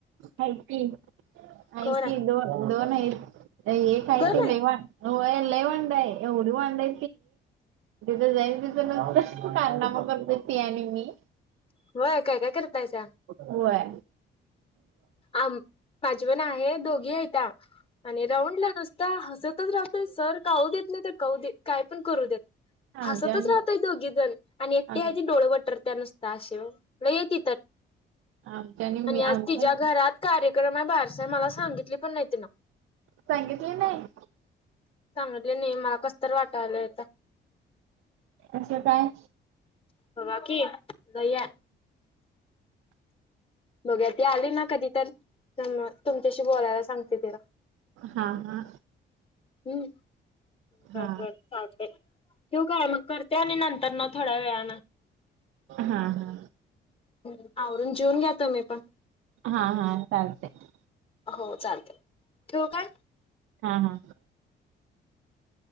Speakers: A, on the right; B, on the left.
A: य ते
B: कोण
A: क
B: आहे?
A: दोन दोन आहे एक
B: दोन
A: आहे ते
B: आहेत?
A: लेवा हो एल वडय एवढ वड त कारनामा पद्धती आणि मी
B: होय काय काय करत नाहीयच
A: होय
B: आम माझी पण आहे दोघी आहेतता आणि राऊंडला नसता हसतच राहतय सर काहू देत नाही तर काू द काय पण करू देत
A: आमच्या
B: हसतच
A: आणि
B: राहतोय दोघी जण आणि एकटी
A: आम
B: आहे ती डोळ वटर त्या नुसता ये त
A: आमच्या
B: आणि
A: मी
B: आज
A: आम्ही
B: तिच्या
A: पण
B: घरात कार्यक्रम बार असं मला सांगितली पण नाहीती ना
A: सांगितले नाही
B: म्हटले नाही मला कसत वाटायलंय
A: असं काय
B: बा बाकी काय आहे बघू ती आली ना कधी तर तुमच्याशी बोलायला सांगते तिला
A: हा हा
B: हम्म
A: हा
B: बर बर चालते ठेव काय मग करते आणि नंतर तर थोडा व्या
A: हा हा
B: ् आवरून जेवन घ्या त मी पण
A: हा हा चालतंय
B: हो चालते ठेव का
A: हां हा